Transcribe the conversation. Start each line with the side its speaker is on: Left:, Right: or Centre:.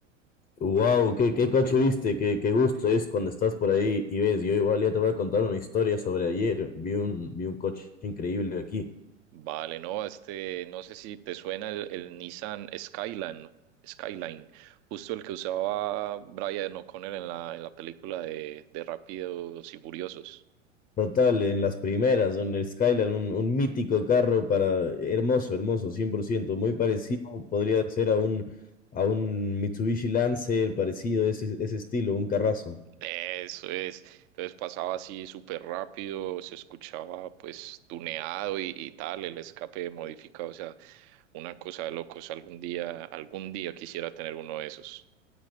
Left: Wow, qué, qué coche viste, qué, qué gusto es cuando estás por ahí y ves. Yo igual ya te voy a contar una historia sobre ayer. Vi un, vi un coche increíble aquí.
Right: Vale, no, este, no sé si te suena el, el Nissan Skyline, Skyline, justo el que usaba Brian O'Connor en la, en la película de, de Rápidos y Furiosos.
Left: Total, en las primeras, en el Skyline, un, un mítico carro para hermoso, hermoso, cien por ciento, Muy parecido podría ser a un, a un Mitsubishi Lancer, parecido, ese, ese estilo, un carrazo.
Right: Eso es. Entonces pasaba así súper rápido, se escuchaba pues tuneado y, y tal, el escape modificado, o sea, una cosa de locos. Algún día, algún día quisiera tener uno de esos.